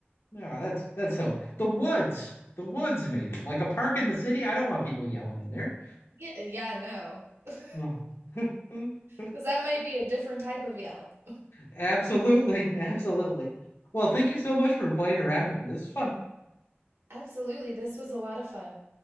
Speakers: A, on the left; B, on the right.
A: Yeah, that's that's silly. The woods. The woods maybe. Like a park in the city. I don't want people yelling in there.
B: Yeah, yeah, no. <laughs>
A: No. <laughs>
B: Because that might be a different type of yell.
A: Absolutely. Absolutely. Well, thank you so much for playing around with me. This is fun.
B: Absolutely. This was a lot of fun.